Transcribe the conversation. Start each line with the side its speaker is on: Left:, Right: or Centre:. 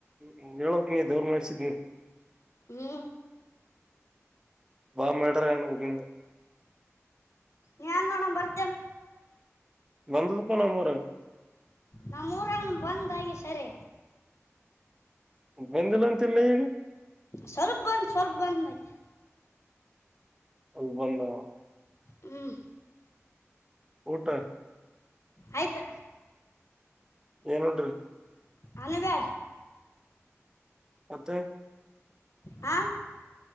Right: ಹ್ಮ ಹೇಳು. ನೀಯೇ ದೇವ್ರ್ ಮಾಡಸಿದ್ ನೀ
Left: ಹ್ಞೂ
Right: ಬಾ ಮೇಡರ್ ಏನ್ <unintelligible>
Left: ನ್ಯಾನ್ ನೋಡಂ ಬರ್ತೇಂ.
Right: ಬಂದ್ರುಪ್ಪ ನಮ್ಮೋರು.
Left: ನಮ್ಮ ಊರಾಗ ಬಂದು ಹಂಗೆ ಸರಿ
Right: ಬಂದಿಲ್ಲ ಅಂತಿಲ್ಲನ್ ನೀನು.
Left: ಸ್ವಲ್ಪ ಬಂದು ಸ್ವಲ್ಪ ಬಂದಮೈತೆ.
Right: ಅಲ್ಗೋಯಿಲ್ಲ.
Left: ಹ್ಮ್
Right: ಊಟ.
Left: ಆಯ್ತು.
Right: ಏನ್ ಉಂಡ್ರಿ?
Left: ಅಣಬೆ.
Right: ಮತ್ತೆ?
Left: ಹ